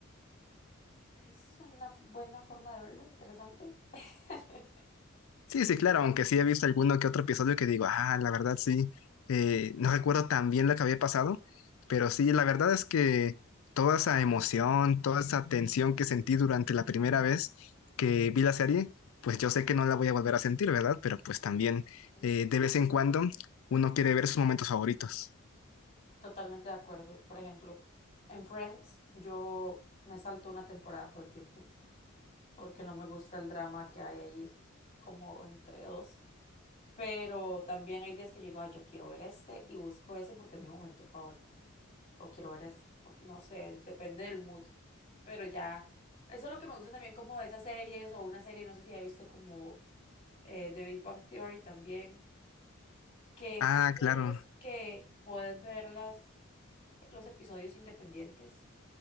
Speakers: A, on the left; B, on the left.
A: Es una f- buena forma de verlo, interesante. <laughs>
B: Sí, sí, claro, aunque sí he visto alguno que otro episodio que digo, ah, la verdad sí, eh, no recuerdo tan bien lo que había pasado, pero sí, la verdad es que toda esa emoción, toda esa tensión que sentí durante la primera vez que vi la serie, pues yo sé que no la voy a volver a sentir, ¿verdad? Pero pues también
A: Mm,
B: eh, de vez en cuando uno quiere ver sus momentos favoritos.
A: Totalmente de acuerdo. Por ejemplo, en Friends yo me salto una temporada todo el tiempo porque no me gusta el drama que hay ahí como entre dos. Pero también hay días que yo digo, "Ay, yo quiero ver este y busco ese porque es mi momento favorito. O quiero ver este, por- no sé, depende del mood. Pero ya, eso es lo que me gusta también como de esas series o una serie, no sé si he visto como eh, The Big Bang Theory también, que
B: Ah,
A: son series
B: claro.
A: que puedes verlas los episodios independientes